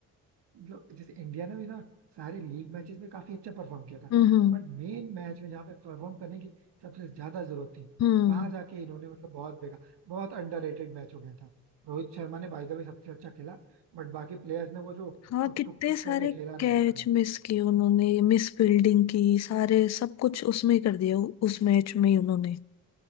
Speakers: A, on the right (about 65°); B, on the left (about 40°).
A: मतलब जैसे इंडिया ने भी ना सारे लीग मैचेस में काफी अच्छा परफॉर्म किया था
B: हम्म
A: बट मेन मैच में जहाँ पे परफॉर्म करने की सबसे ज्यादा जरूरत थी
B: हम्म
A: वहां जाके इन्होंने मतलब बहुत बेकार बहुत अंडररेटेड मैच हो गया था रोहित शर्मा ने बाय द वे सबसे अच्छा खेला बट बाकी प्लेयर्स ने वो जो
B: हाँ
A: वो
B: कितने
A: टुक टुक
B: सारे
A: करके खेला ना
B: कैच
A: यार
B: मिस किए उन्होंने मिस फील्डिंग की सारे सब कुछ उसमें ही कर दिया उ- उस मैच में ही उन्होंने